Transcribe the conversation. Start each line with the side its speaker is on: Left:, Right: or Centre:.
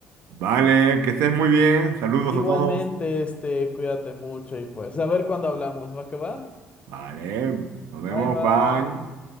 Right: vale, que estés muy bien, saludos
Left: Igualmente,
Right: a todos,
Left: este, cuídate mucho y pues, a ver cuándo hablamos, ¿va que va?
Right: vale, nos vemos,
Left: Bye, bye.
Right: bye.